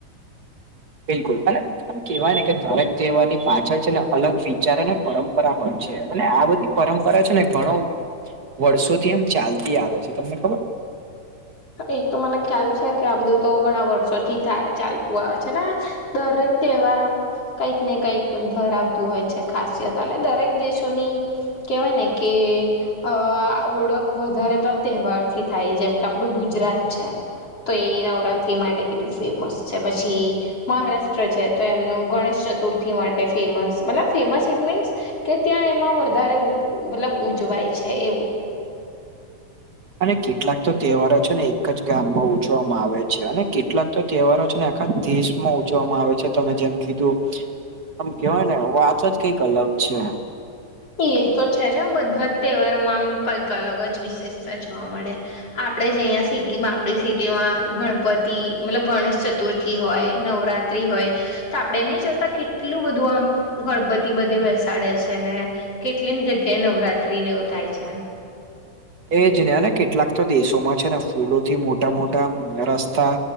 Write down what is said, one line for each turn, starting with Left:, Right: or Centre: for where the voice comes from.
Right: બિલકુલ હ. આમ કેવાય ને કે, ધારક તહેવારની પાછળ છે ને, અલગ વિચાર અને પરંપરા હોય છે, અને આ બધું પરંપરા છે ને, ઘણો વર્ષોથી એમ ચાલતી આવે છે, તમને ખબર.
Left: એ તો મને ખ્યાલ છે કે, આ બધું તો ઘણા વર્ષોથી થાય ચાલતું આવે છે ને. દરેક તહેવાર આમ કંઈક ને કઈક ધરાવતું હોય છે ખાસિયત અને દરેક દેશોની કેવાય ને કે અહ ઓળખ વધારે તો આ તહેવાર થી થાય જેમ કે આ પણું ગુજરાત છે તો એ નવરાત્રી માટે કેટલું ફેમસ છે પછી મહારાષ્ટ્ર છે તો એમનું ગણેશ ચતુર્થી માટે ફેમસ મતલબ ફેમસ ઇટ મીન્સ કે ત્યાં એમાં વધારે ઉ મતલબ ઉજવાય છે એવું.
Right: અને કેટલાક તો તહેવારો છે ને એક જ ગામમાં ઉજવવામાં આવે છે અને કેટલાક તો તહેવારો છે ને આખા દેશમાં ઉજવવામાં આવે છે તમે જેમ કીધું આમ કેવાય ને વાતો જ કઈક અલગ છે.
Left: એ તો છે જ બધા જ તહેવારોમાં આમ કંઈક અલગ જ વિશેષતા જોવા મળે. આપડે જે અહીંયા સિટીમાં આપડી સિટીમાં ગણપતિ મતલબ ગણેશ ચતુર્થી હોય નવરા ત્રી હોય. તો આપડે નહી જોતા કેટલું બધું આમ ગણપતિ બધે બેસાડે છે ને કેટલી ને જગ્યાએ નવરાત્રીને એવું થાય છે.
Right: એ જ ને ને કેટલાક તો દેશોમાં છે ને ફૂલોથી મોટા મોટા રસ્તા